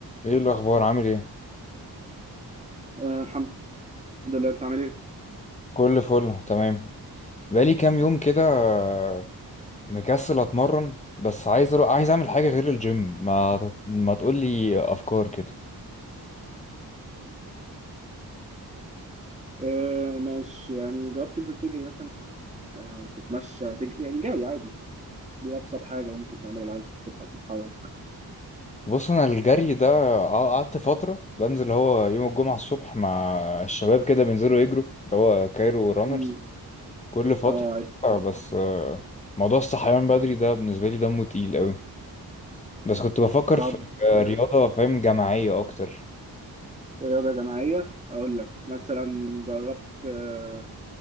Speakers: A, on the left; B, on the right.
A: ايه الاخبار عامل ايه
B: آه الحمد لله انت عامل ايه؟
A: كل فل تمام بقالي كام يوم كده آه، مكسل اتمرن بس عايز أرو... عايز اعمل حاجه غير الجيم ما ما تقولي افكار كده
B: آه ماشي يعني جربت تنزل تجري مثلا او تتمشى تجري يعني جري عادي دي ابسط حاجه ممكن تعملها لو عايز تضحك تتحرك
A: بص انا الجري ده ع- قعدت فتره بنزل هو يوم الجمعه الصبح مع الشباب كده بينزلوا يجروا اللي هو كايرو رانرز
B: مم.
A: كل فتره
B: اه عارف
A: آه، بس آه، موضوع الصحيان بدري ده بالنسبه لي دمه تقيل قوي بس كنت بفكر
B: طب
A: في في
B: آه
A: رياضه فاهم جماعيه اكتر
B: رياضه جماعيه اقول لك مثلا جربت آه